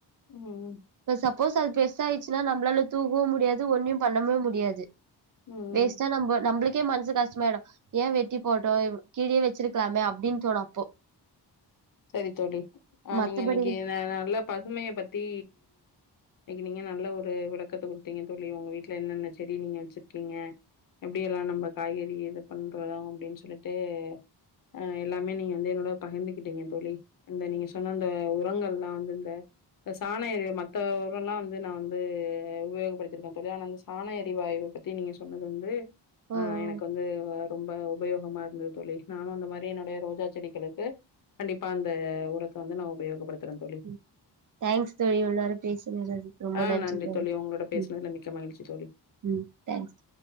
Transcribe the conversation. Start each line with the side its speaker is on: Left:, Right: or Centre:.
Left: ம் ம்
Right: இப்ப சப்போஸ் அது பெருசா ஆயிச்சுன்னா நம்மளால தூக்கவும் முடியாது ஒண்ணும் பண்ணவே முடியாது
Left: ம்
Right: வேஸ்ட்டா
Left: ம்
Right: நம்ப நம்ம நமக்கே மனசு கஷ்டமாயிடும் ஏன் வெட்டி போட்டோ கீழே வச்சிருக்கலாமே அப்டின்னு தோணு அப்போ
Left: செரி தோழி ஆஹ்
Right: மத்தபடி
Left: நீங்க இன்னைக்கு நல்ல பசுமைய பத்தி நீங்க நல்ல ஒரு விளக்கத்தை குடுத்தீங்க தோழி உங்க வீட்டுல என்னென்ன செடி நீங்க வச்சிருக்கீங்க எப்டில்லாம் நம்ம காய்கறி இது பண்றோம் அப்டின்னு சொல்லிட்டு ஆஹ் எல்லாமே நீங்க வந்து என்னோட பகிர்ந்துகிட்டீங்க தோழி இந்த நீங்க சொன்ன அந்த உரங்கள் தான் வந்து இந்த சாண எரி மத்த உரம்லாம் வந்து நான் வந்து உபயோகப்படுத்திருக்கேன் தோழி ஆனா அந்த சாண எரிவாய்வு பத்தி நீங்க சொன்னது வந்து
Right: ம்
Left: ஆஹ் எனக்கு வந்து ரொம்ப உபயோகமா இரு தோழி நானும் அந்த மாதிரி என்னனுடைய ரோஜா செடிகளுக்கு கண்டிப்ப அந்த உரத்த வந்து நான் உபயோகப்படு வைக்கிறேன் தோழி
Right: ம் தேங்க்ஸ் தோழி இவ்வளவு நேரம் பேசினதுக்கு ரொம்ப
Left: ஆ
Right: நன்றி தோழி
Left: உங்களோட பேசுனதுல மிக்க மகிழ்ச்சி தோழி.
Right: ம் தேங்க்ஸ்